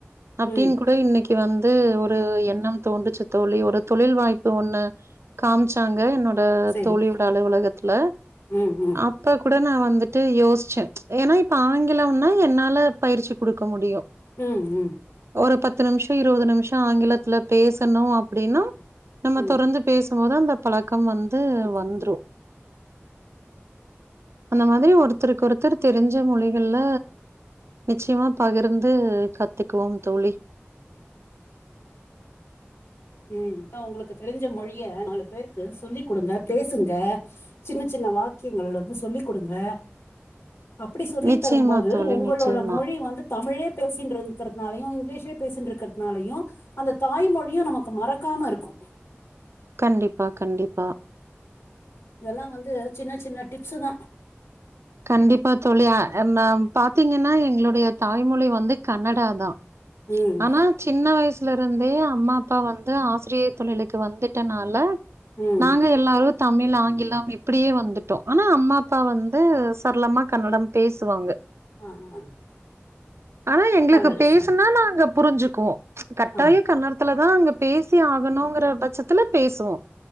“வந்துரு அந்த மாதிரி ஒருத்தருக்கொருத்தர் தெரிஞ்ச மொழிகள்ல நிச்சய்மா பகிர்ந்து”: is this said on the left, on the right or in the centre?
Right